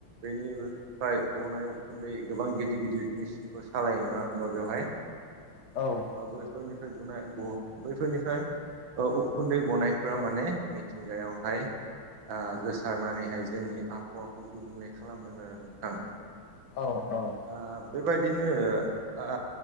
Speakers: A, on the right (about 65°); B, on the left (about 65°).
A: बेनि फ्राय गनाय उखुन्दै गोबां गिदिर गिदिर मेसिनफोर सालायो नङा होमबा बेवहाय
B: औ
A: ओ बैफोरनिफ्राय गुनाय ग बैफोरनिफ्राय औ उखुन्दै गनायफ्रा माने मिथिंगायावहाय ओ गोसारनानैहाय जोंनि आफावाखौ गुबुंले खालामदों आरो नोंथां
B: औ औ
A: ओ बेबायदिनो ओ